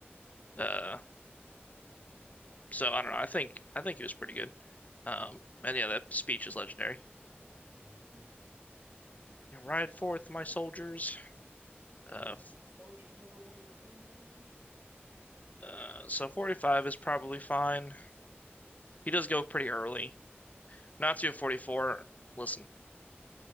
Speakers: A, on the left; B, on the right.
A: Uh, so I don't know. I think I think he was pretty good. Um, and yeah, that speech is legendary.
B: Yeah. Yeah.
A: You know, ride forth, my soldiers. Uh,
B: Yes, my soldiers never waver. They never wa-
A: uh, so 45 is probably fine. He does go pretty early. Natsu 44. Listen,